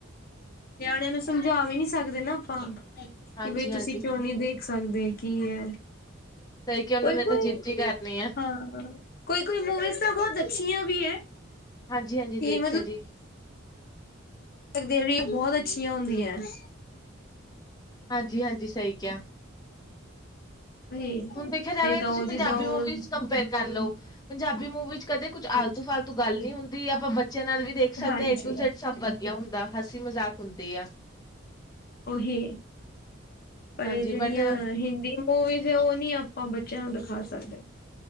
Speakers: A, on the left (about 50°); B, on the left (about 20°).
A: ਨਿਆਣਿਆਂ ਨੂੰ ਸਮਝਾ ਵੀ ਨੀ ਸਕਦੇ ਨਾ ਆਪਾਂ ਕਿ
B: ਹਾਂਜੀ,
A: ਬਈ
B: ਹਾਂਜੀ
A: ਤੁਸੀਂ ਕਿਉਂ ਨੀ ਦੇਖ ਦੇਖ ਸਕਦੇ ਕੀ ਹੈ
B: ਸਹੀ ਕਿਹਾ ਉਹਨਾਂ
A: ਕੋਈ
B: ਨੇ ਤਾਂ
A: ਕੋਈ
B: ਜਿੱਦ ਹੀ ਕਰਨੀ ਆ,
A: ਹਾਂ। ਕੋਈ ਕੋਈ ਮੂਵੀਜ਼ ਤਾਂ ਬਹੁਤ ਅੱਛੀਆਂ ਵੀ ਹੈ
B: ਹਾਂਜੀ ਹਾਂਜੀ
A: ਕਿ
B: ਦੇਖਿਆ ਜੀ
A: ਪਰ ਬਹੁਤ ਅੱਛੀਆਂ ਹੁੰਦੀਆਂ ਹੈ
B: ਹਾਂਜੀ ਹਾਂਜੀ ਸਹੀ ਕਿਹਾ
A: ਉਹੀ ਨਹੀਂ
B: ਹੁਣ ਦੇਖਿਆ ਜਾਵੇ
A: ਤਾਂ
B: ਤੁਸੀਂ
A: ਉਹ ਜਿੱਦਾਂ
B: ਪੰਜਾਬੀ
A: ਉਹ
B: ਮੂਵੀਜ਼ ਕੰਪੇਅਰ ਕਰ ਲਓ ਪੰਜਾਬੀ ਮੂਵੀ ਚ ਕਦੇ ਕੁੱਛ ਆਲਤੂ
A: ਹਾਂਜੀ
B: ਫਾਲਤੂ ਗੱਲ ਨੀ ਹੁੰਦੀ ਆਪਾਂ ਬੱਚਿਆਂ ਨਾਲ ਵੀ ਦੇਖ ਸਕਦੇ
A: ਹਾਂਜੀ
B: ਹਾਂ ਏ ਟੂ ਜੈਡ ਸਭ ਵਧੀਆ ਹੁੰਦਾ ਹਸੀ ਮਜ਼ਾਕ ਹੁੰਦੀ ਆ
A: ਉਹੀ ਪਰ
B: ਹਾਂਜੀ
A: ਇਹ ਜਿਹੜੀਆਂ
B: ਬਟ
A: ਹਿੰਦੀ ਉਹ ਵੀ ਤੇ ਉਹ ਨੀ ਆਪਾਂ ਬੱਚਿਆਂ ਨੂੰ ਦਿਖਾ ਸਕਦੇ